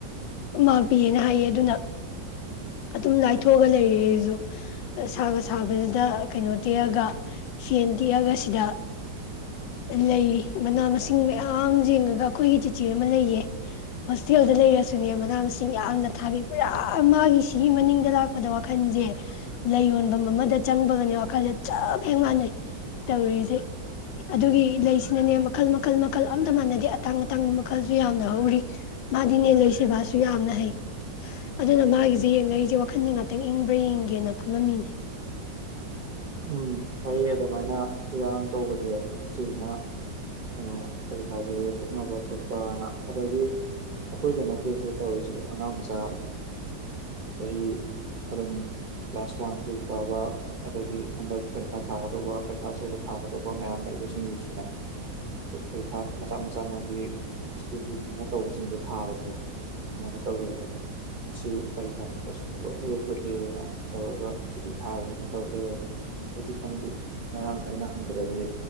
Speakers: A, on the left (about 90°); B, on the right (about 80°).
A: ꯃꯥꯛ ꯄꯤꯌꯦꯅ ꯍꯥꯏꯌꯦ ꯑꯗꯨꯅ
B: ꯎꯝ
A: ꯑꯗꯨꯝ ꯂꯥꯏꯊꯣꯛꯑꯒ ꯂꯩꯔꯦ ꯑꯩꯁꯨ ꯁꯥꯒ ꯁꯥꯕꯗ ꯀꯩꯅꯣ ꯇꯦꯛꯑꯒ ꯁꯦꯟ ꯇꯦꯛꯑꯒ ꯁꯤꯗ ꯂꯩꯔꯤ ꯃꯅꯥ ꯃꯁꯤꯡ ꯃꯌꯥꯝ ꯌꯦꯡꯉꯒ ꯑꯩꯈꯣꯏꯒꯤ ꯇꯤꯆꯦ ꯑꯃ ꯂꯩꯌꯦ ꯍꯣꯁꯇꯦꯜꯗ ꯂꯩꯔꯁꯨꯅꯦ ꯃꯅꯥ ꯃꯁꯤꯡ ꯌꯥꯝꯅ ꯊꯥꯕꯤ ꯄꯨꯔꯥ ꯃꯥꯒꯤ ꯁꯤꯒꯤ ꯃꯅꯤꯡꯗ ꯂꯥꯛꯄꯗ ꯋꯥꯈꯜꯁꯦ ꯂꯩ ꯌꯣꯟꯐꯝ ꯑꯃꯗ ꯆꯪꯕꯒꯅꯦ ꯋꯥꯈꯜꯁꯦ ꯆ ꯐꯦ ꯃꯥꯟꯅꯩ ꯇꯧꯔꯤꯁꯦ ꯑꯗꯨꯒꯤ ꯂꯩꯁꯤꯅꯅꯦ ꯃꯈꯜ ꯃꯈꯜ ꯃꯈꯜ ꯃꯈꯜ ꯑꯝꯇ ꯃꯥꯟꯅꯗꯦ ꯑꯇꯥꯡ ꯑꯇꯥꯡꯕ ꯃꯈꯜꯁꯨ ꯌꯥꯝꯅ ꯍꯧꯔꯤ ꯃꯥꯗꯤ ꯅꯦ ꯂꯩ ꯁꯦꯕꯥꯁꯨ ꯌꯥꯝꯅ ꯍꯩ ꯑꯗꯨꯅ ꯃꯥꯒꯤ ꯑ ꯌꯦꯡꯉꯛ ꯑꯩꯁꯦ ꯋꯥꯈꯟꯁꯦ ꯉꯥꯛꯇꯪ ꯏꯪꯕ꯭ꯔꯥ ꯌꯦꯡꯒꯦꯅ ꯐꯝꯃꯝꯃꯤꯅꯦ
B: ꯎꯝ ꯍꯌꯦ ꯑꯗꯨꯃꯥꯏꯅ ꯏꯔꯥꯡ ꯇꯧꯕꯁꯦ ꯁꯤꯁꯤꯅ ꯀꯩꯅꯣ ꯄꯔꯤꯈꯥꯁꯦ ꯌꯩꯊꯣꯛꯅꯕ ꯈꯣꯠꯄꯅ ꯑꯗꯒꯤ ꯑꯩꯈꯣꯏꯗ ꯅꯠꯇꯦ ꯁꯤꯦ ꯇꯧꯔꯤꯁꯦ ꯑꯉꯥꯡ ꯃꯆꯥ ꯆꯍꯤ ꯑꯗꯨꯝ ꯀ꯭ꯂꯥꯁ ꯋꯥꯟ ꯇꯨ ꯀꯥꯕ ꯑꯗꯒꯤ ꯍꯟꯗꯛ ꯄꯔꯤꯈꯥ ꯊꯥꯒꯗꯧꯕ ꯄꯔꯤꯈꯥ ꯑꯆꯧꯕ ꯊꯥꯒꯗꯧꯕ ꯃꯌꯥꯝ ꯂꯩꯕꯁꯤꯡꯁꯤꯁꯨꯅꯦ ꯄꯔꯤꯈꯥ ꯃꯆꯥ ꯃꯆꯥ ꯃꯣꯏꯒꯤ ꯁ꯭ꯀꯨꯜꯒꯤꯅ ꯇꯧꯕꯁꯤꯡꯁꯦ ꯊꯥꯕꯁꯦ ꯑꯗꯨꯃꯥꯏꯅ ꯇꯧꯋꯦꯗ ꯃꯁꯤ ꯄꯔꯤꯈꯥ ꯊꯣꯛꯄꯁꯤꯡꯁꯦ ꯂꯣꯏꯅ ꯊꯣꯛꯑꯦꯅ ꯇꯧꯔꯒ ꯁꯨꯇꯤ ꯊꯥꯌꯦꯅ ꯇꯧꯔ ꯂꯩꯔ ꯑꯩꯗꯤ ꯈꯪꯗꯦ ꯉꯔꯥꯡ ꯑꯩꯅ ꯍꯪꯕꯗꯗꯤ